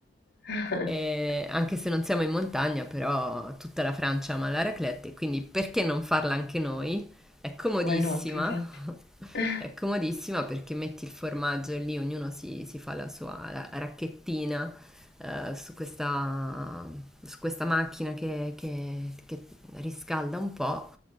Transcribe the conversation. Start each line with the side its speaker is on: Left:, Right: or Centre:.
Left: <laughs>
Centre: e anche se non siamo in montagna, però tutta la Francia ama la raclette, quindi perché non farla anche noi? È comodissima,
Left: Why not, infatti.
Centre: <laughs> è
Left: <laughs>
Centre: comodissima perché metti il formaggio e lì ognuno si, si fa la sua ra- racchettina eh, su questa, su questa macchina che, che- che riscalda un po'